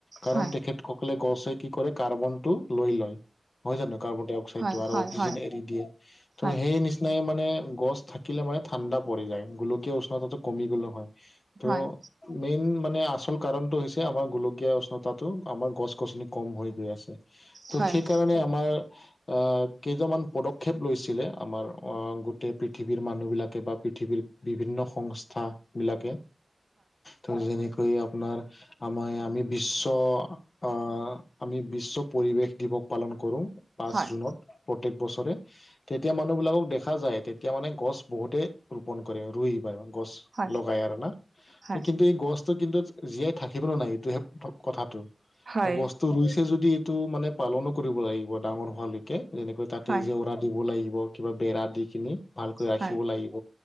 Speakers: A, on the left (about 50°); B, on the right (about 45°).
A: কাৰণ
B: হয়
A: তেখেতসকলে গছে কি কৰে, কাৰ্বনটো লৈ লয়। হয় জানো, কাৰ্বন-ডাই-অক্সাইড
B: হয়
A: টো আৰু
B: হয়
A: অক্সিজেন এৰি দিয়ে। ত'
B: হয়
A: সেই নিনা নাই মানে, গছ থাকিলে মানে ঠাণ্ডা পৰি যায় গ। উষ্ণতাটো কমি গ'লে হয় ত'
B: হয় হয়
A: মেইন মানে আচল কাৰণটো হৈছে আমাৰ গোলকীয়া উষ্ণতাটো, আমাৰ গছ গছনি কম হৈ গৈ আছে। ত'
B: হয়
A: সেইকাৰণে আমাৰ আ, কেইজনমান পদক্ষেপ লৈছিলে আমাৰ আ, গোটেই পৃথিৱীৰ মানুহবিলাকে বা পৃথিৱীৰ বিভিন্ন সংস্থাবিলাকে ত' যেনেকৈ আপোনাৰ আমাৰ আমি বিশ্ব আ, আমি বিশ্ব পৰিৱেশ দিৱস পালন কৰোঁ পাঁচ
B: হয়
A: জুত
B: হয়
A: প্ৰত্যেক বছৰে, তেতিয়া মানুহবিাকক দেখা যায় তেতিয়া মানে গছ বহুতে ৰোপন কৰে, ৰুই বা গছ
B: হয়
A: লগাই আৰু না,
B: হয়
A: ত' এই গছ ত' কিন্তু জীয়াই থাকিব ন' নাই এইটোহে কথাটো
B: হয়
A: ত' গছ
B: হয়
A: ত' ৰুইছে যদি এইটো মানে পালনো কৰিব লাগিব ডাঙৰ হোৱালৈকে যেনেকৈ তাতে
B: হয়
A: জেউৰাৰ দিব লাগিব, কিবা বেৰা দি কিনি ভালকৈ ৰাখিব
B: হয়
A: লাগিব,